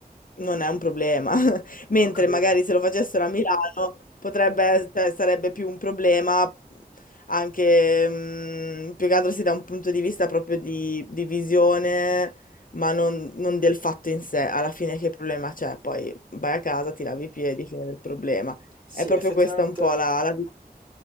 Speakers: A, on the left; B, on the right.
A: non è un problema. Mentre
B: Ho capito.
A: magari se lo facessero a Milano potrebbe, cioè, sarebbe più un problema anche, mm, più che altro sì, da un punto di vista proprio di, di visione, ma non, non del fatto in sé. Alla fine che problema c'è? Poi vai a casa, ti lavi i piedi, fine del problema.
B: Sì,
A: È proprio
B: effettivamente
A: questa un po' la, la vita